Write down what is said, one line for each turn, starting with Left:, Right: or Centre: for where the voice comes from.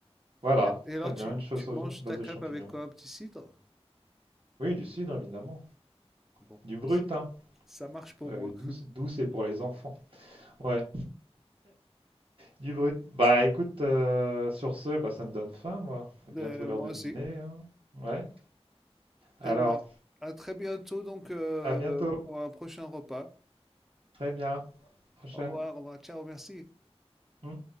Right: voilà,
Centre: Et et
Right: très
Centre: alors
Right: bien,
Centre: tu
Right: une chose
Centre: tu
Right: à
Centre: manges
Right: base
Centre: ta
Right: de
Centre: crêpe
Right: champignons.
Centre: avec quoi? Un petit cidre?
Right: Oui, du cidre, évidemment.
Centre: Bon,
Right: Du brut,
Centre: c-
Right: hein.
Centre: ça marche pour
Right: Euh,
Centre: moi.
Right: douce, douce et pour les enfants. Ouais, du brut. Bah écoute, euh, sur ce, bah, ça me donne faim, moi. C'est bientôt
Centre: Euh,
Right: l'heure
Centre: moi
Right: de
Centre: aussi.
Right: dîner, hein. Ouais. Alors,
Centre: Eh bien, à très bientôt donc euh,
Right: à bientôt.
Centre: pour un prochain repas.
Right: Très bien. Prochaine.
Centre: Au revoir, au revoir, ciao, merci.
Right: Mm.